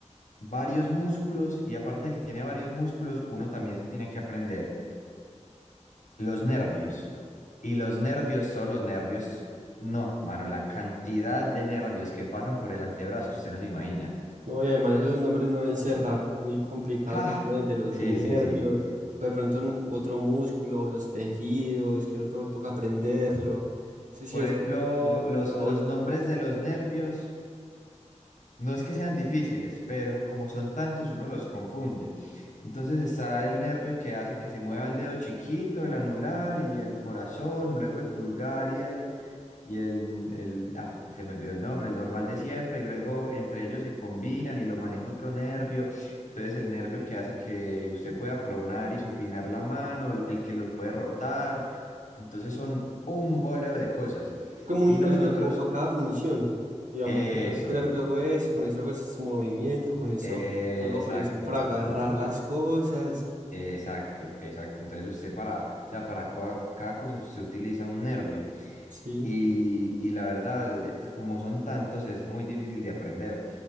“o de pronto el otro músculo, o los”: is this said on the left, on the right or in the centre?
Right